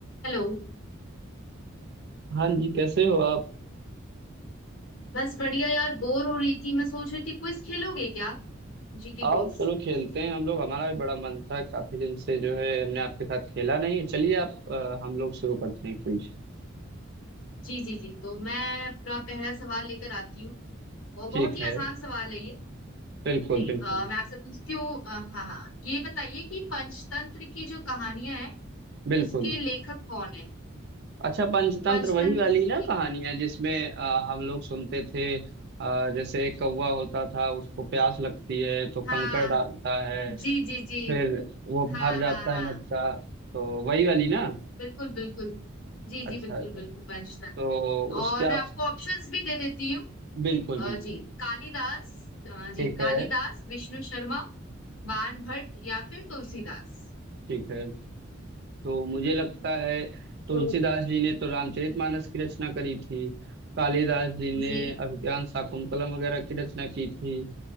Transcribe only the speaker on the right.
हाँ जी कैसे हो आप
आओ
चलो खेलते हैं हम लोग हमारा भी बड़ा मन था काफी दिन से जो है हमने आपके साथ खेला नहीं है चलिए आप अ, हम लोग शुरू करते हैं क्विज
ठीक
है
बिल्कुल
बिल्कुल
बिल्कुल
अच्छा पंचतंत्र
वही वाली ना
कहानियां जिसमें अ, हम लोग सुनते थे अ, जैसे एक कौवा होता था उसको प्यास लगती है तो कंकड़
डालता है
फिर वो
भर जाता
है मटका तो वही वाली ना
अच्छा
अच्छा
तो
उसके आप
बिल्कुल
बिल्कुल
ठीक है
ठीक है तो मुझे लगता है तुलसीदास
जी ने तो रामचरितमानस की रचना करी थी कालिदास जी ने
अभिज्ञान शाकुंतलम वगैरह की रचना की थी